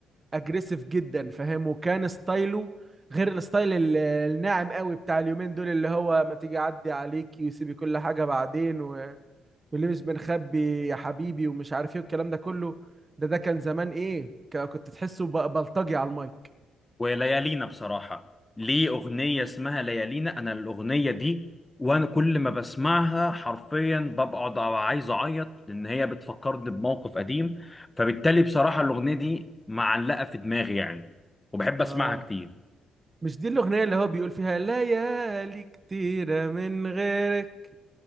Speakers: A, on the right; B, on the left.
A: اجريسيف جدا فاهم وكان ستايله غير الستايل ال- الناعم قوي بتاع اليومين دول اللي هو ما تيجي اعدي عليك ويسيبي كل حاجه بعدين و... واللي مش بنخبي يا حبيبي ومش عارف ايه والكلام ده كله ده ده كان زمان ايه ك- كنت تحسه ب- بلطجي على المايك
B: وليالينا بصراحة ليه أغنية اسمها ليالينا أنا الأغنية دي وأنا كل ما بسمعها حرفيا ببقى عايز أعيط لأن هي بتفكرني بموقف قديم فبالتالي بصراحة الأغنية دي معلقة في دماغي يعني وبحب أسمعها
A: اه
B: كتير
A: مش دي الاغنيه اللي هو بيقول فيها ليالي كتيره من غيرك